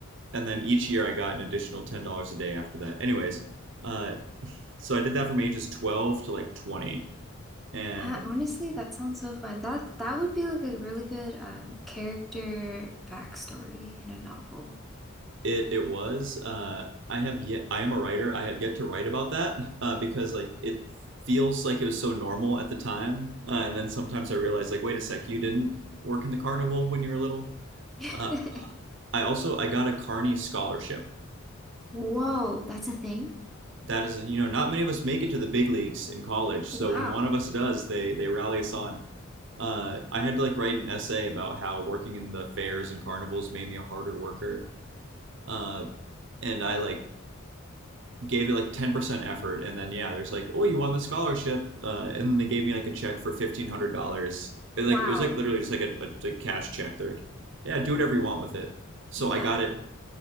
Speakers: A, on the right (about 60°); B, in the centre.
A: and then each year I got an additional ten dollars a day after that. Anyways, uh, so I did that from ages twelve to like twenty, and
B: I, honestly, that sounds so fun. That that would be like a really good um character backstory in a novel.
A: it it was uh, I have yet I am a writer. I have yet to write about that uh, because like it feels like it was so normal at the time, uh, and then sometimes I realize like wait a sec, you didn't work in the carnival when you were little.
B: <laughs>
A: Uh, I also I got a Carney scholarship.
B: Whoa, that's a thing?
A: That is, you know, not many of us make it to the big leagues in college.
B: Wow.
A: So when one of us does, they they rally us on. Uh, I had to like write an essay about how working in the fairs and carnivals made me a harder worker. Uh, and I like gave it like 10% effort. And then, yeah, there's like, oh, you won the scholarship. Uh, and then they gave me like a check for $1,500. And
B: Wow.
A: like, it was like literally just like a, a, a cash check. They're like, yeah, do whatever you want with it. So
B: Yeah.
A: I got it